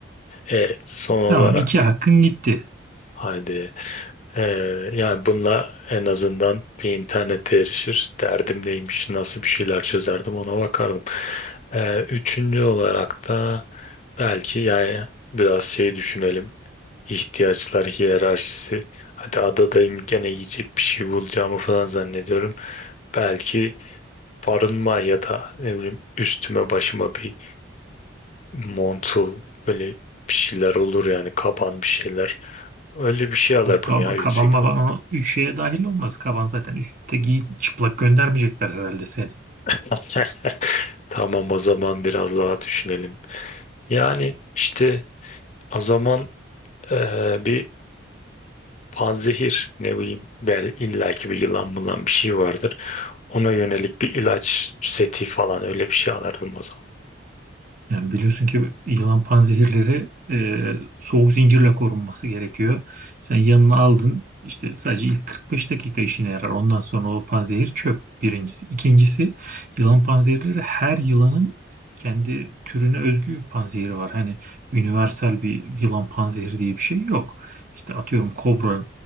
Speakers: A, on the left; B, on the right.
A: E, son olarak
B: Tamam iki hakkın gitti.
A: haydi e, yani bununla en azından bir internete erişir. Derdim neymiş, nasıl bir şeyler çözerdim ona bakardım. E, üçüncü olarak da belki yani biraz şey düşünelim. ihtiyaçlar hiyerarşisi. Hadi adadayım gene yiyecek bir şey bulacağımı falan zannediyorum belki barınma ya da ne bileyim üstüme başıma bir montul böyle bir şeyler olur yani kaban bir şeyler. Öyle bir şey alırdım
B: Yok kab-
A: ya yüksek
B: kaban
A: ihtimal.
B: baban o üç şeye dahil olmaz. Kaban zaten üstte giy çıplak göndermeyecekler herhalde seni.
A: <laughs> Tamam o zaman biraz daha düşünelim. Yani işte o zaman eee, bir panzehir ne bileyim bel illaki bir yılan bulan bir şey vardır. Ona yönelik bir ilaç seti falan öyle bir şey alırdım o zaman.
B: Yani biliyorsun ki yılan panzehirleri e, soğuk zincirle korunması gerekiyor. Sen yanına aldın işte sadece ilk 45 dakika işine yarar. Ondan sonra o panzehir çöp birincisi. İkincisi yılan panzehirleri her yılanın kendi türüne özgü bir panzehiri var. Hani universal bir yılan panzehiri diye bir şey yok. İşte atıyorum kobra